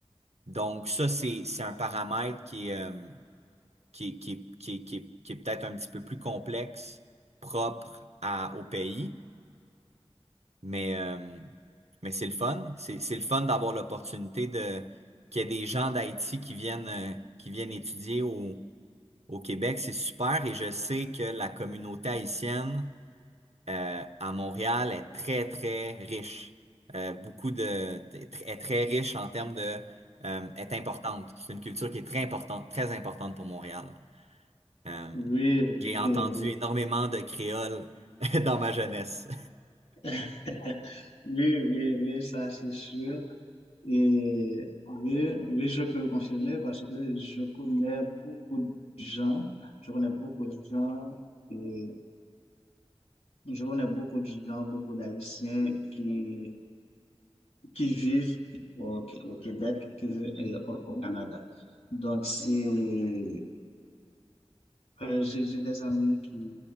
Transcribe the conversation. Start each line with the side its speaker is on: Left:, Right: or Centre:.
Right: Donc ça, c'est, c'est un paramètre qui est, euh, qui, est- qui, est- qui, est- qui, est- qui est peut-être un petit peu plus complexe, propre à, au pays, mais, euh, mais c'est le fun. C'est, c'est le fun d'avoir l'opportunité de qu'il y ait des gens d'Haïti qui viennent, euh, qui viennent étudier au, au Québec. C'est super et je sais que la communauté haïtienne euh, à Montréal est très, très riche. Euh, beaucoup de, est très riche en termes de, euh, est importante. C'est une culture qui est très importante, très importante pour Montréal. Euh,
Left: Oui, oui,
Right: j'ai entendu
Left: oui.
Right: énormément de créoles <laughs> dans ma jeunesse.
Left: <laughs> Oui, oui, oui, ça c'est sûr. Et oui, oui, je peux le confirmer parce que je connais beaucoup de gens, je connais beaucoup de gens et je connais beaucoup de gens, beaucoup d'Haïtiens qui, qui vivent au, au Québec, qui vivent et au, au Canada. Donc c'est Euh, j'ai j'ai des amis qui,